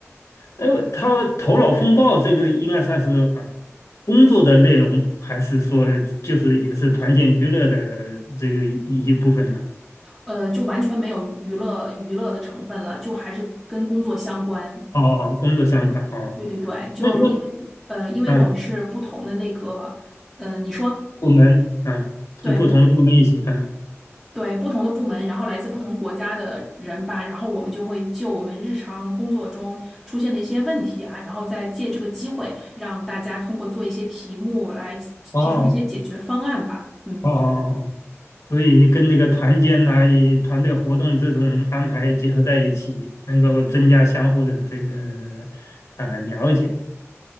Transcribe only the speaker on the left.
呃，他头脑风暴这个应该算是啊、呃工作的内容，还是说就是也是团建娱乐的这个一一部分呢？
哦哦，哦工作相关哦，
那那
嗯，
部门嗯是不同的部门一起嗯，
哦
哦哦哦，所以跟那个团建呐、与团队活动这种安排结合在一起，能够增加相互的这个啊、了解。